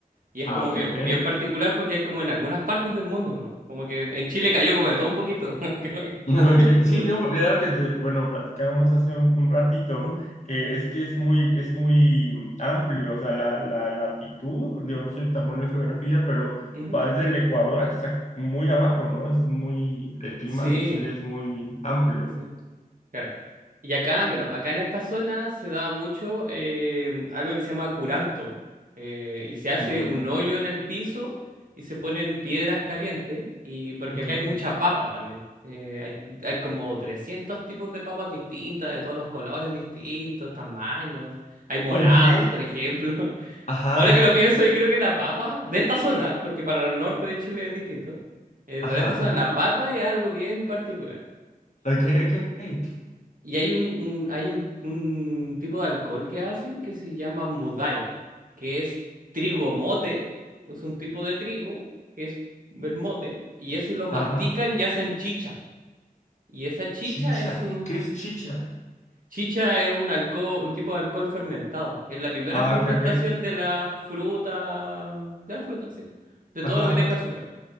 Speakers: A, on the right; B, on the left.
A: Y es
B: ah,
A: como
B: ok,
A: bien,
B: ok.
A: bien particular porque es como en algunas partes del mundo, ¿no? Como que en Chile cayó como de todo un poquito. <laughs> Como que-
B: Ok, Sí,
A: como que-
B: no, porque era lo que, te- bueno, platicábamos hace un, un ratito,
A: ujú,
B: que es que es muy, es muy amplio, o sea, la, la latitud, digo, no soy tan bueno en geografía, pero
A: ujú, ujú.
B: va desde el Ecuador hasta muy abajo, ¿no? Es muy, el clima
A: Sí,
B: de Chile es muy amplio.
A: sí. Claro. Y acá, bueno, acá en esta zona se da mucho eh, algo que se llama curanto. Eh, y se hace
B: Curanto.
A: un hoyo en el piso y se ponen piedras calientes. Y porque
B: Ok.
A: acá hay mucha papa también. Eh, hay, hay como 300 tipos de papas distintas, de todos los colores distintos, tamaños. Hay moradas,
B: Ok.
A: por ejemplo. <laughs>
B: Ajá,
A: Ahora
B: ajá,
A: que lo pienso, yo creo que la papa de esta zona, porque para el norte de Chile es distinto, eh,
B: ajá,
A: pero esta
B: ajá.
A: zona, la papa es algo bien particular.
B: Ok, ok, ok.
A: Y hay un, un- hay un, un tipo de alcohol que hacen que se llama mudai, que es trigo mote, es un tipo de trigo, que es el mote, y ese lo mastican
B: Ajá.
A: y hacen chicha. Y esa chicha
B: Chicha.
A: es un...
B: ¿Qué es chicha?
A: se- Chicha es un alcohol, un tipo de alcohol fermentado. Es la primera
B: Ah,
A: fermentación
B: ok, ok.
A: de la fruta, de la fruta, sí, de
B: Ajá,
A: todo lo que
B: ajá.
A: tenga azúcar.